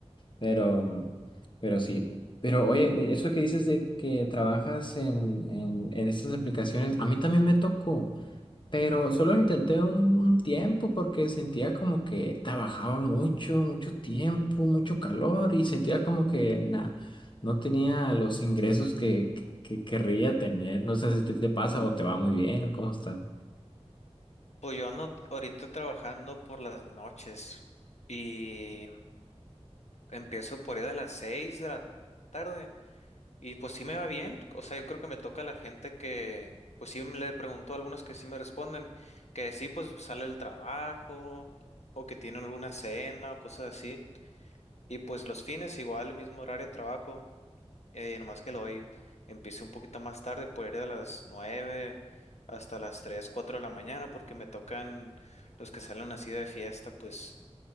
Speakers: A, on the left (about 45°); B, on the left (about 75°).
A: Pero, pero sí. Pero oye, eso que dices de que trabajas en, en, en estas aplicaciones, a mí también me tocó. Pero solo intenté un, un tiempo porque sentía como que trabajaba mucho, mucho tiempo, mucho calor y sentía como que na- no tenía los ingresos que, que, que querría tener. No sé si te, te pasa o te va muy bien o cómo está.
B: Pues yo ando ahorita trabajando por las noches y empiezo por ahí a las seis de la tarde. Y pues sí me va bien, o sea, yo creo que me toca a la gente que, pues sí le pregunto a algunos que sí me responden, que sí pues sale el trabajo o que tienen alguna cena o cosas así. Y pues los fines igual, mismo horario de trabajo, eh, nomás que lo hoy empecé un poquito más tarde, por ir de las 9 hasta las 3 4 de la mañana, porque me tocan los que salen así de fiesta, pues